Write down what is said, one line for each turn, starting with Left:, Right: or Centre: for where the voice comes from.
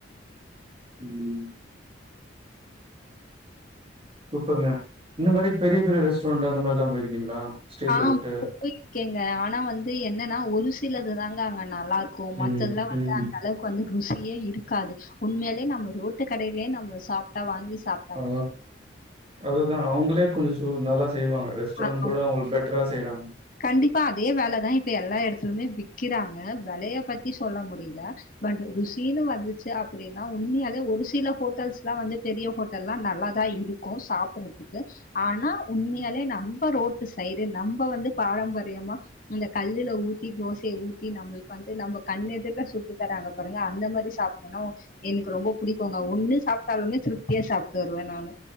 Right: ம் சூப்பர்ங்க இந்த மாரி பெரிய பெரிய ரெஸ்டாரண்ட் அந்த மாரிலா போயிருக்கீங்களா ஸ்ட்ரீட்ட
Left: ஆ
Right: விட்டு
Left: போயிருக்கேங்க ஆனா வந்து என்னன்னா ஒரு சிலது தாங்க அங்க நல்லார் க்கும்
Right: ம்
Left: மத்ததெல்லா வந்து
Right: ம்ஹூம்
Left: அந்த அளவு கு வந்து ருசியே இருக்காது உண்மேலயே நம்ம ரோட்டு கடேலயே நம்ம சாப்ட்டா வாங்கி சாப்
Right: ஆ அது தா அவுங்களே கொஞ்சொ சூ நல்லா செய்வாங்க ரெஸ்டரண்டோட
Left: ஆ
Right: அவுங்க பெட்டரா செய்றாங்க
Left: கண்டிப்பா அதே வெலதா இப்ப எல்லா எடத்துலுமே விக்கிறாங்க வெலைய பத்தி சொல்ல முடில பட் ருசின்னு வந்துச்சு அப்டின்னா உண்மையாலே ஒரு சில ஹோட்டல்ஸ்லா வந்து பெரிய ஹோட் ல்லா நல்லாதா இருக்கு சாப்புடுறதுக்கு ஆனா உண்மையாலே நம்ப ரோட்டு சைடு நம்ப வந்து பாரம்பரியமா இந்த கல்லுல ஊத்தி தோசைய ஊத்தி நம்மளுக்கு வந்து நம்ப கண்ணு எதிர்ல சுட்டு தராங்க பாருங்க அந்த மாரி சாப்ட்டனா எனுக்ஷக்கு ரொம்ப பூடிக்குங்க ஒண்ணு சாப்ட்டாலுமே திருப்தியா சாப்ட்டு வருவே நானு